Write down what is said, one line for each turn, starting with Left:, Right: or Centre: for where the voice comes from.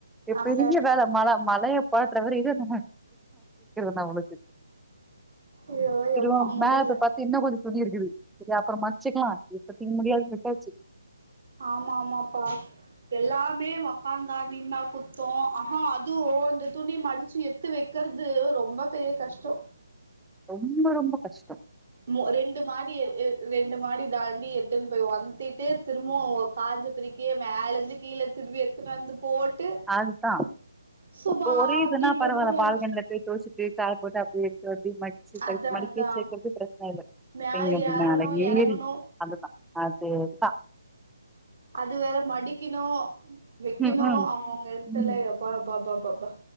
Centre: எப்பவீங்க
Right: அதா அதா
Centre: வேல மழ மழய பாத்ரவர் இது என்ன <unintelligible> நா உனக்கு
Right: ஐயோ
Centre: சேரி
Right: யம்மா முடில
Centre: மேகத்த பாத்து இன்னு கொஞ்ச துணி இருக்குது செரி அப்புற மடிச்சுக்கலா இப்பத்திக் முடியாது. <unintelligible>
Right: ஆமா ஆமாப்பா எல்லாமே உக்காந்தா நின்னா குத்தோ ஆஹா அதுவு அந்த துணி மடிச்சி எத்து வெக்கிறது ரொம்ப பெரிய கஷ்டோ
Centre: ரொம்ப ரொம்ப கஷ்டம்
Right: மு ரெண்டு மாடி எ ஏ ரெண் மாடி தாண்டி எத்துன் போய் வந்துட்டே திரும்பவு ஒ காஞ்ச பிரிக்க மேல இருந்து கீழ திரும்பி எத்துனு வந்து போட்டு
Centre: அதுதா
Right: சுபா
Centre: இப்ப ஒரே இதுன்னா
Right: அப்டின்ற
Centre: பரவால்ல
Right: மாரி ஆயிடுச்சு
Centre: பால்கன்லட்டு துவச்சிட்டு சால் போட்டு அப்படியே <unintelligible> ம <unintelligible>
Right: அதா
Centre: மடிக்க
Right: அதா
Centre: சே <unintelligible> மேல
Right: மேல
Centre: இங்க அது
Right: ஏறணு
Centre: மேல ஏறி
Right: எறங்கணு
Centre: அந்த தா அதுதா.
Right: அது வேற மடிக்கினு. வைக்கினும்
Centre: ம் ம்
Right: அவங்கவுங்க இடத்துல
Centre: ம்
Right: எப்ப எப்ப பா. அப்பப்பா